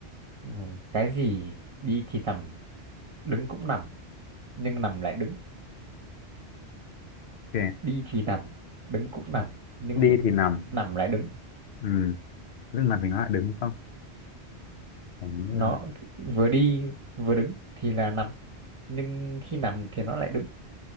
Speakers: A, on the right; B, on the left.
A: ừ, cái gì đi thì nằm đứng cũng nằm nhưng nằm lại đứng
B: Ok,
A: đi thì nằm đứng cũng nằm nhưng
B: Đi thì nằm.
A: nằm lại đứng
B: Ừ. lúc nào mình nói đứng không Phải như
A: nó
B: là
A: vừa đi vừa đứng thì là nằm nhưng khi nằm thì nó lại đứng